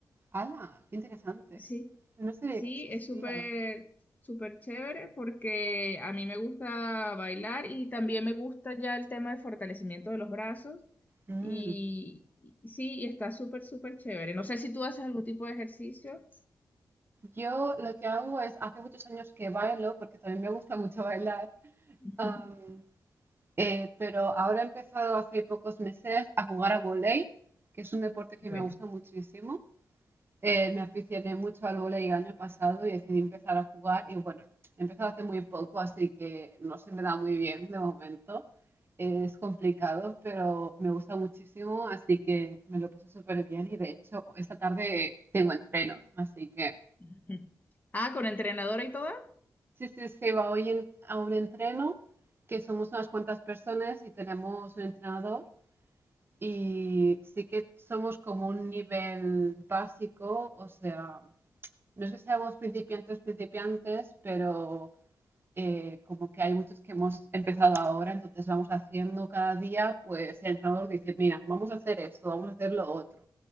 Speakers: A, on the right (about 35°); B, on the left (about 25°).
A: ¡Hala! ¡Qué interesante!
B: Sí,
A: No sabía
B: sí,
A: que existía.
B: es súper, súper chévere porque a mí me gusta bailar y también me gusta ya el tema de fortalecimiento de los brazos
A: Mm.
B: y, y sí, y está súper, súper chévere. No sé si tú haces algún tipo de ejercicio.
A: Yo lo que hago es, hace muchos años que bailo, porque también me gusta mucho bailar,
B: <laughs>
A: am,
B: Ujú.
A: eh, pero ahora he empezado hace pocos meses a jugar a volei, que es un deporte que
B: Bueno.
A: me gusta muchísimo. eh, me aficioné mucho al vóley el año pasado y decidí empezar a jugar y bueno, he empezado hace muy poco, así que no se me da muy bien de momento. Es complicado, pero me gusta muchísimo, así que me lo paso súper bien y de hecho esta tarde tengo entreno, así que
B: Ujú. Ah, con entrenadora y toda.
A: sí, sí, se va hoy en- a un entreno que somos unas cuantas personas y tenemos un entrenador y sí que somos como un nivel básico, o sea, no es que seamos principiantes, principiantes, pero eh, como que hay muchos que hemos empezado ahora, entonces vamos haciendo cada día, pues el entrenador dice, mira, vamos a hacer esto, vamos a hacer lo otro.